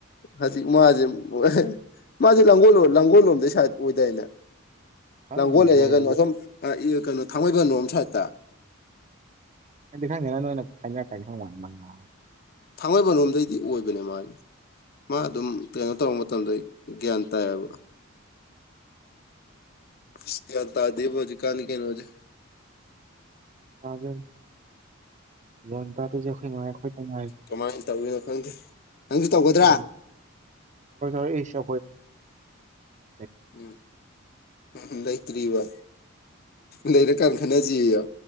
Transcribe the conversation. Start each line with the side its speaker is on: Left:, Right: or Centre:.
Left: ꯍꯧꯖꯤꯛ ꯃꯥꯖꯦ <unintelligible> ꯃꯥꯁꯦ ꯂꯥꯡꯒꯣꯜ ꯂꯣꯝ ꯂꯥꯡꯒꯣꯜ ꯂꯣꯝꯗꯩ ꯁꯏꯠ ꯑꯣꯏꯗꯥꯏꯅꯦ
Right: ꯈꯪꯗꯦꯗ
Left: ꯂꯥꯡꯒꯣꯜ ꯂꯩꯔ
Right: ꯑꯩꯗꯤ
Left: ꯀꯩꯅꯣ ꯑꯁꯣꯝ ꯀꯩꯅꯣ ꯊꯥꯡꯃꯩꯕꯟ ꯔꯣꯝ ꯁꯥꯏꯗꯠꯇ
Right: ꯑꯦ ꯈꯥꯅꯣꯏꯅ ꯈꯥꯏꯅ ꯀꯥꯏ ꯃꯅ
Left: ꯊꯥꯡꯃꯩꯕꯟꯔꯣꯝꯗꯩꯗꯤ ꯑꯣꯏꯕꯅꯦ ꯃꯥꯗꯤ ꯃꯥ ꯑꯗꯨꯝ ꯀꯩꯅꯣ ꯇꯧꯕ ꯃꯇꯝꯗ ꯒ꯭ꯌꯥꯟ ꯇꯥꯏꯑꯕ ꯑꯁ ꯒ꯭ꯌꯥꯟ ꯇꯥꯗꯦ ꯍꯧꯖꯤ ꯀꯥꯟꯒꯤ ꯀꯩꯅꯣꯖꯤ
Right: ꯇꯥꯗꯦ ꯒ꯭ꯌꯥꯟ ꯇꯥꯔꯤꯁꯤ ꯑꯈꯣꯏ ꯃꯉꯥꯏꯔꯦ ꯑꯈꯣꯢ ꯈꯛ ꯉꯥꯢꯔꯦ
Left: ꯀꯃꯥꯏꯟ ꯇꯧꯋꯤꯅꯣ ꯈꯪꯗꯦ ꯅꯪꯁꯨ ꯇꯧꯒꯗ꯭ꯔꯥ
Right: <unintelligible> ꯑꯦꯁ <unintelligible>
Left: ꯎꯝ ꯎꯝ ꯂꯩꯇ꯭ꯔꯤꯕ ꯂꯩꯔ ꯀꯥꯟ ꯈꯅꯁꯦꯌꯣ